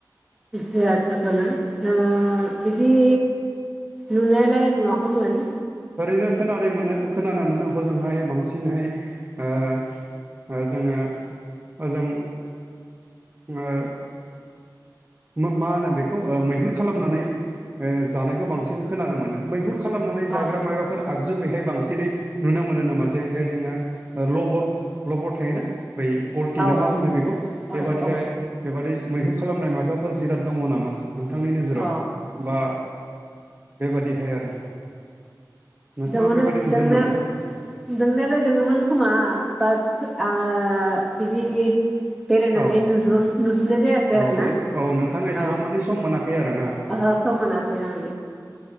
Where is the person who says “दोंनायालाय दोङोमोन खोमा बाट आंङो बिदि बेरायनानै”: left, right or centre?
Centre